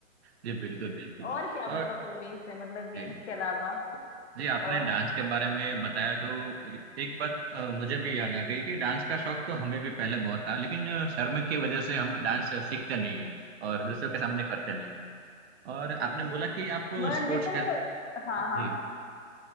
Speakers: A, on the right; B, on the left.
A: जी बिल्कुल बिल्कुल
B: और क्या मतलब
A: और
B: हॉबीज है मतलब गेम्स
A: जी
B: के अलावा कुछ
A: जी आपने
B: और
A: डांस के बारे में बताया तो ए- एक बात अ, मुझे भी याद आ गई कि डांस का शौक तो हमें भी पहले बहुत था लेकिन अ, शर्म की वजह से हम डांस सीखते नहीं है और दूसरों के सामने करते नहीं है और आपने बोला कि आप
B: मैं
A: स्पोर्ट्स
B: लेकर
A: खेल
B: हाँ
A: जी
B: हाँ